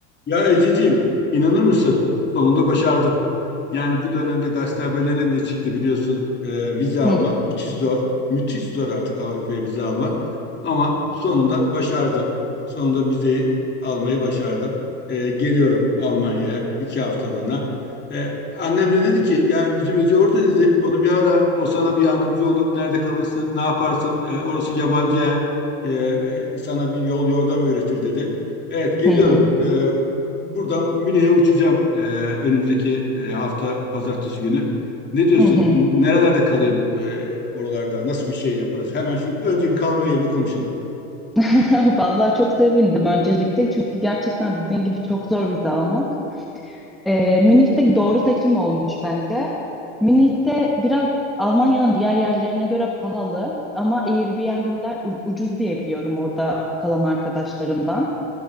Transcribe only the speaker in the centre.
Hı
hı hı
hı. hı.
<laughs> Vallahi çok sevindim öncelikle çünkü gerçekten dediğin gibi çok zor vize almak. Ee, Münih'te doğru seçim olmuş bence. Münih'te biraz Almanya'nın diğer yerlerine göre pahalı ama Airbnb'ler u- ucuz diye biliyorum orada kalan arkadaşlarımdan.